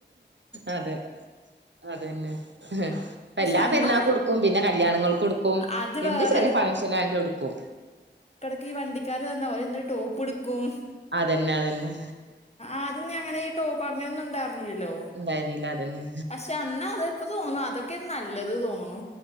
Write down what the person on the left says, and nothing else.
പക്ഷെ അന്നാ
അത് വേറെ
കെഈ വണ്ടിക്കാാര് വന്നാ ഓലെന്ന് ഒര് ടോപ്പ് ഇട്ക്കും
ആദ്യൊന്നും അങ്ങന ഈ ടോപ്പ് അങ്ങനൊന്നും ഇണ്ടാറ് ന്നില്ലല്ലോ
പക്ഷെ അന്ന അത് ഇപ്പ തോന്നും അതൊക്കെ നല്ലത് തോന്ന്ണു